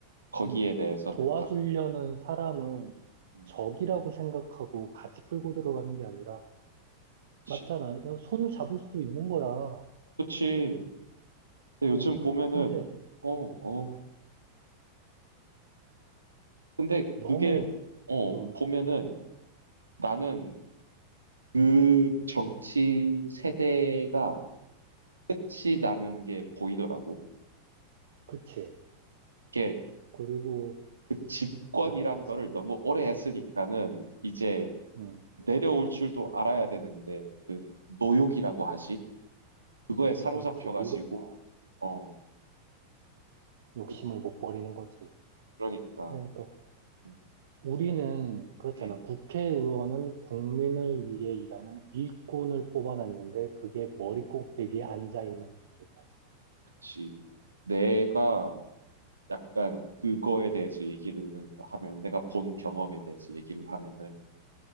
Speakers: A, on the right (about 75°); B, on the right (about 60°).
A: 거기에
B: 음,
A: 대해서
B: 도와주려는
A: 받고.
B: 사람을
A: 음,
B: 적이라고 생각하고 같이 끌고 들어가는 게 아니라,
A: 그치.
B: 맞잖아. 이건 손을 잡을 수도 있는 거야.
A: 그치. 근데 요즘
B: 응.
A: 보면은,
B: 근데
A: 어, 어, 근데
B: 너무
A: 그게 어
B: 좀,
A: 보면은 나는 그 정치 세대가 끝이 나는 게 보이더라고.
B: 그치.
A: 이게
B: 그리고,
A: 그 집권이란
B: 어,
A: 거를 너무 오래 했으니까는 이제
B: 음,
A: 내려올 줄도 알아야 되는데 그 노욕이라고 하지? 그거에 사로잡혀가지고
B: 그렇지. 늙어서
A: 어
B: 욕심을
A: 그-
B: 못 버리는 거지.
A: 그러니까
B: 그러니까
A: 음,
B: 우리는 그렇잖아.
A: 음,
B: 국회의원은 국민을 위해 일하는 일꾼을 뽑아놨는데 그게 머리
A: 음.
B: 꼭대기에 앉아 있는 느낌이야, 지금.
A: 그치. 내가 약간 그거에 대해서 얘기를 하면 내가 본 경험에 대해서 얘기를 하면은